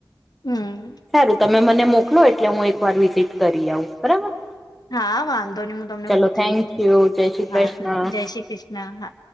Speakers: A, on the left (about 60°); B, in the centre.
A: હમ
B: સારું તમે મને મોકલો એટલે હું એકવાર વિઝિટ કરી આવુ બરાબર.
A: હા વાંધો નહિ હું તમને
B: ચલો
A: મોકલી
B: થેન્ક
A: દઉ
B: યુ જય શ્રી
A: હા
B: કૃષ્ણ
A: જય શ્રી કૃષ્ણ હા